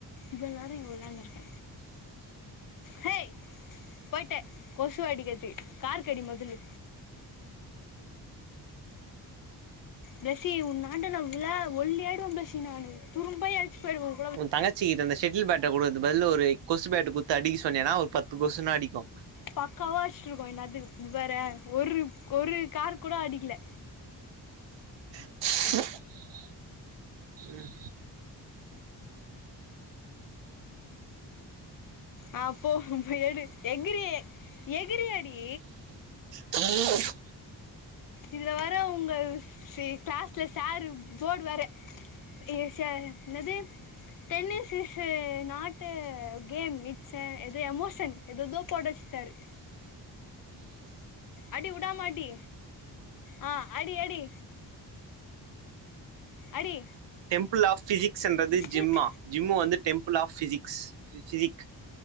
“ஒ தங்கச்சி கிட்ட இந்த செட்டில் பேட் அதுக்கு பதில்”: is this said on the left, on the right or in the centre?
Right